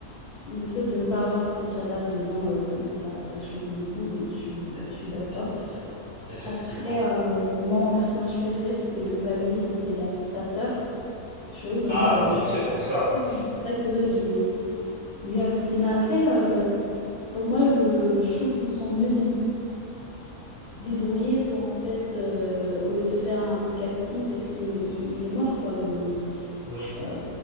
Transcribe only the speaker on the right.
Eh,
Effectivement, effectivement.
Ah,
donc c'est pour ça.
Oui.